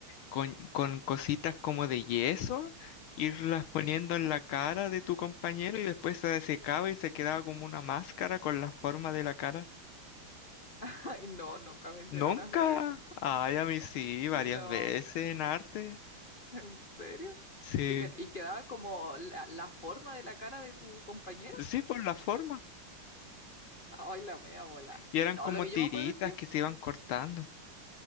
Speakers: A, on the left; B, on the left.
A: con, con cositas como de yeso, irlas poniendo
B: ¿ya?
A: en la cara de tu compañero y después se secaba y se quedaba como una máscara con la forma de la cara?
B: <laughs> Ay, no, nunca me hicieron
A: Nunca.
B: hacer eso.
A: Ay, a mí sí, varias
B: No.
A: veces en arte.
B: <laughs> ¿En serio?
A: Sí,
B: Y, te- y quedaba como la, la forma de la cara de tu compañero.
A: sí, por la forma.
B: Ay, la media bola.
A: Y eran
B: No,
A: como
B: lo que
A: tiritas
B: yo me acuerdo es que.
A: que se iban cortando.